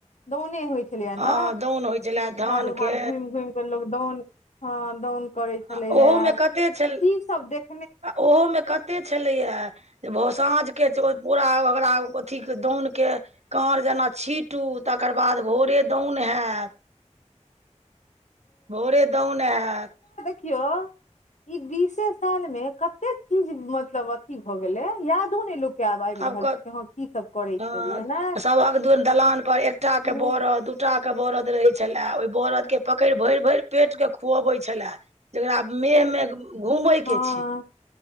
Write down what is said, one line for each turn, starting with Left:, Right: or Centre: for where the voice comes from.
Left: दौने होइ छलैया
Right: हँ
Left: न
Right: दौन होइ छलए धान
Left: चारु भाग
Right: के
Left: घुइम-घुम के लोग दाउन ह दाउन करै छलैया
Right: आ ओहो मे कते छल
Left: की सब देख
Right: आ ओहोमे कते छलैएया जे भो साँझके पूरा ओकरा अथीक दौनके काँर जेना छीँटू तकर बाद भोरे दौन हैत। भोरे दौन हैत।
Left: की यौ। इ बीसे सालमे कतेक चीज मतलब अथी भ गेले यादो ने लोक के आबि
Right: आब
Left: रहल
Right: क-सभक
Left: छै कि हँ की सब करै छलियै ने
Right: दु- दलान पर एकटा
Left: हूँ,
Right: क बरद दूटा के बरद रहे छले ओहि बरद के पकड़ि भरि -भरि पेट के खुअबे छलै। जेकरा मेह मे घूमय
Left: हँ
Right: के छै।